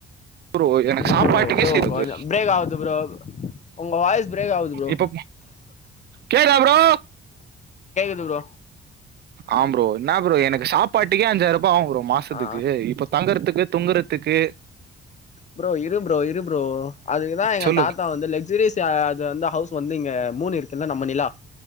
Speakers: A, on the right; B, on the left.
A: ப்ரோ
B: ப்ரோ ப்ரோ
A: சேருது
B: கொஞ்சோ பிரேக் ஆவுது ப்ரோ உங்க வாய்ஸ் பிரேக் ஆவுது ப்ரோ
A: இப்ப கேக்குதா ப்ரோ
B: கேக்குது ப்ரோ
A: ஆ ப்ரோ என்ன ப்ரோ எனக்கு சாப்பாட்டுக்கே அஞ்சாயிரூபா ஆவும் ப்ரோ மாசத்துக்கு
B: ஆ
A: இப்ப தங்குறதுக்கு துங்குறதுக்கு
B: ப்ரோ இரு ப்ரோ இரு ப்ரோ அதுக்குதா எங்க
A: சொல்லு
B: தாத்தா
A: ப்ரோ
B: வந்து லக்ஜுரியஸ் யாரா து வந்தா ஹவுஸ் வந்து இங்க மூண் இருக்குல்ல நம்ம நிலா